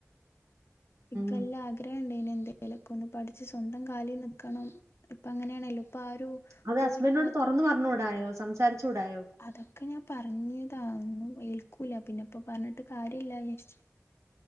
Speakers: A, on the left (about 50°); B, on the right (about 65°).
A: ഇക്ക്ല്ല
B: ഉം
A: ആഗ്രഹണ്ട് യ്ന് എന്തേലൊക്കെ ഒന്ന് പഠിച്ച് സ്വന്തം കാലിൽ നിക്കണം ഇപ്പൊ അങ്ങനെയാണല്ലോ പ്പ ആരു
B: അത്
A: ജോലിയില്ലാത്തോര്
B: ഹസ്ബൻഡിനോട് തുറന്ന് പറഞ്ഞൂടായോ സംസാരിച്ചൂടായോ
A: അതൊക്കെ ഞാൻ പറഞ്ഞതായ്ന്നു ഏൽക്കൂല പിന്നെപ്പൊ പറഞ്ഞിട്ട് കാര്യല്ലാഏര്ച്ചു